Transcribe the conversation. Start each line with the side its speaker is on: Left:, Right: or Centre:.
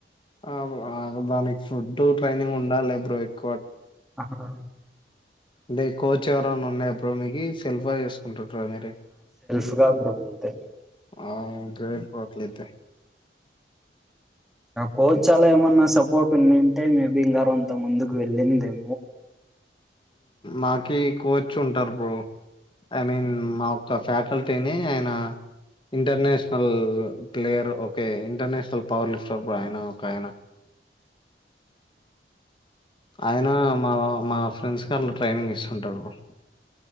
Left: ఆ బో ఆ దానికి ఫుడ్ ట్రైనింగ్ ఉండాలే బ్రో ఎక్
Centre: ఆహా
Left: అంటే కోచ్ ఎవరనా ఉన్నా బ్రో మీకి, సెల్ఫ్ గా చేసుకుంటుంట్రా మీరె
Centre: కిరాక్ బ్రో నువ్వైతే
Left: ఆ ఇంటర్నెట్ బ్రో అట్లయితే.
Centre: కోచ్ అలా ఏమన్న సపోర్ట్ ఉన్నింటే మేబి ఇంగా రోంత ముందుకు వెళ్లిందేమో.
Left: నాకి కోచ్ ఉంటారు బ్రో ఐ మీన్ మా యొక్క ఫ్యాకల్టీనె ఆయన international player okay international power lifter అబ్బ ఆయన ఒకాయన. ఆయన మా మా ఫ్రెండ్స్ కి అట్లా ట్రైనింగ్ ఇస్తుంటాడు bro.